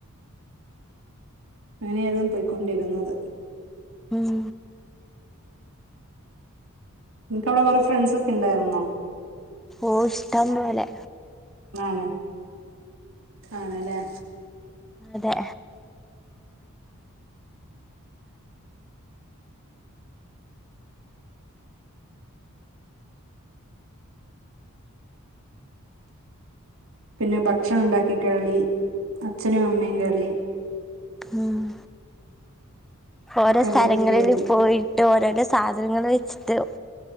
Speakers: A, on the right (about 65°); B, in the centre.
A: അങ്ങനെയായിരുന്നു പൊയ്ക്കോണ്ടിരുന്നത്
B: ഉം
A: നിങ്ങൾക്ക് അവിടെ വേറെ ഫ്രണ്ട്‌സ് ഒക്കെ ഉണ്ടാരുന്നോ?
B: ഓഹ് ഇഷ്ടം പോലെ
A: ആണോ? ആണു അല്ലെ
B: അതെ
A: പിന്നെ ഭക്ഷണം ഉണ്ടാക്കി കളി, അച്ഛനും അമ്മയും കളി
B: ആഹ് ഓരോ
A: കളി
B: സ്ഥലങ്ങളില്
A: കളിക്കായിരുന്നു
B: പോയിട്ട് ഓരോരോ സാധനങ്ങള് വെച്ചിട്ട്